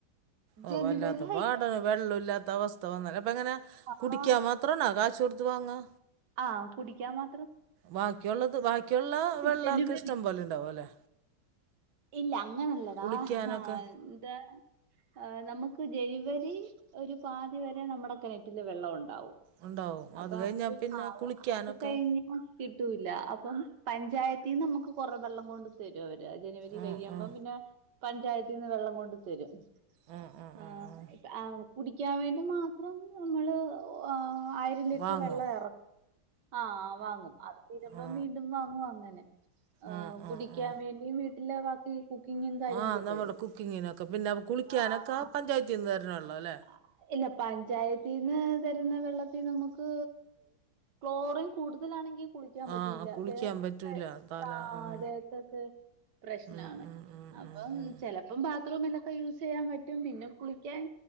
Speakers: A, on the right; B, on the right.
A: ഓ
B: ജനുവരി
A: വല്ലാത്ത പാടാണ്
B: ആയി
A: വെള്ളോ ഇല്ലാത്ത അവസ് <unintelligible> അപ്പ അങ്ങനെ
B: ആഹ്
A: കുടിക്കാൻ മാത്രം ആണാ കാശുകൊടു ത്ത് വാങ്ങാ
B: ആഹ് കുടിക്കാൻ മാ
A: ബാക്കിയൊള്ളത് ബാക്കിയൊള്ള വെള്ളം
B: ജനുവരി
A: ഒക്കെ ഇഷ്ടം പോലെ ഇണ്ടാവും ലേ
B: ഇല്ല അങ്ങനല്ലെടാ
A: കുളിക്കാനൊക്കെ
B: ആഹ് എന്താ ആഹ് നമുക്ക് ജനുവരി ഒരു പാതി വരെ നമ്മടെ കിണറ്റില് വെള്ളോ ണ്ടാവും
A: ഉണ്ടാവും
B: അപ്പൊ
A: അത് കഴിഞ്ഞാൽ പിന്നെ
B: അ
A: കുളിക്കാനൊക്കെ
B: അത് കഴിഞ്ഞ് കിട്ടൂല്ല അപ്പം പഞ്ചായത്തീന്ന് നമുക്ക് കൊറേ വെള്ളം കൊണ്ട് തരും അവര് <unintelligible> ജനുവരി
A: ഉം
B: കഴിയുമ്പം
A: ഉം
B: പിന്നെ പഞ്ചായത്തീന്ന് വെള്ളം കൊണ്ട് തരും,
A: ഉം ഉം
B: ആ
A: ഉം ഉം
B: ആ കുടിക്കാൻ വേണ്ടി മാത്രം നമ്മള് ഏഹ് ആയിരം ലിറ്ററ്
A: വാങ്ങും
B: വെള്ളം എറ ആ വാങ്ങും, അത് തീരുമ്പം
A: ആ ആ
B: വീണ്ടും വാങ്ങും അങ്ങനെ, ഏഹ്
A: ആ ആ
B: കുടിക്കാൻ
A: ആ
B: വേണ്ടിയും വീ ബാക്കി <unintelligible> <unintelligible> കാര്യങ്ങൾക്കൊക്കെ
A: ആ നമ്മുടെ
B: വേണ്ടി
A: കുക്കിങ്ങിനൊക്കെ പിന്നെ കുളിക്കാനൊക്കെ
B: ആഹ്
A: പഞ്ചായത്തിൽ നിന്ന് തരണമല്ലോ അല്ലേ
B: ഹാ ഇല്ല പഞ്ചായത്തീന്ന് തരുന്ന വെള്ളത്തി നമുക്ക് ക്ലോറിൻ കൂടുതലാണെങ്കിൽ കുളിക്കാൻ പറ്റൂല
A: ആ കുളിക്കാൻ
B: ദേഹത്തൊക്കെ
A: പറ്റൂല തല
B: ആ
A: ഉം
B: ദേഹത്തൊക്കെ ഷ്നാണ്
A: ഉം ഉം ഉം
B: അപ്പം
A: ഉം ഉം
B: ചിലപ്പം ബാത്റൂമിലൊക്കെ യൂസ് ചെയ്യാൻ പറ്റും പിന്നെ കുളിക്കാൻ